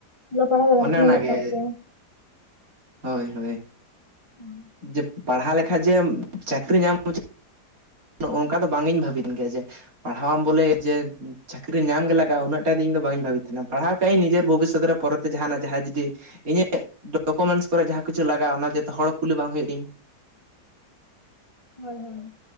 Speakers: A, on the left (about 45°); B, on the right (about 55°).
A: ᱚᱞᱚᱜ ᱯᱟᱲᱦᱟᱜ ᱫᱚ
B: ᱚᱱᱮ
A: ᱞᱟᱹᱠᱛᱤ
B: ᱚᱱᱟᱜᱮ
A: ᱢᱮᱱᱟᱜ ᱟᱠᱟᱫ ᱜᱮᱭᱟ᱾
B: ᱦᱳᱭ ᱦᱳᱭ᱾
A: <unintelligible>
B: ᱡᱮ ᱯᱟᱲᱦᱟᱣ ᱞᱮᱠᱟᱡ ᱡᱮ ᱪᱟᱹᱠᱨᱤ ᱧᱟᱢ ᱩᱪᱼᱼ ᱱᱚᱝᱠᱟ ᱫᱚ ᱵᱟᱝᱤᱧ ᱵᱷᱟᱹᱵᱮᱱ ᱜᱮᱭᱟ ᱡᱮ ᱯᱟᱲᱦᱟᱣᱟᱢ ᱵᱚᱞᱮ ᱡᱮ ᱪᱟᱹᱠᱨᱤᱼᱼ ᱧᱟᱢ ᱜᱮ ᱞᱟᱜᱟᱼᱟ ᱩᱹᱱᱟᱜᱴᱟ ᱤᱧ ᱵᱟᱹᱧ ᱵᱷᱟᱵᱤ ᱛᱟᱦᱮᱱᱟ ᱯᱟᱲᱟᱣᱟᱜᱼᱟ ᱱᱤᱡᱮᱨ ᱵᱷᱚᱵᱤᱥᱥᱚᱛ ᱨᱮ ᱯᱚᱨᱮᱛᱮ ᱡᱟᱦᱟᱱᱟᱜ ᱡᱟᱦᱟᱸ ᱡᱩᱫᱤ ᱤᱧᱟᱹᱜ ᱰᱚᱠᱩᱢᱮᱱᱴᱥ ᱠᱚᱨᱮ ᱡᱟᱦᱟᱸ ᱠᱤᱪᱷᱩ ᱞᱟᱜᱟᱜᱼᱟ ᱚᱱᱟ ᱡᱟᱛᱮ ᱦᱚᱲ ᱠᱩᱞᱤ ᱵᱟᱝ ᱦᱩᱭᱩᱜ ᱛᱤᱧ᱾
A: ᱦᱳᱭ ᱦᱳᱭ᱾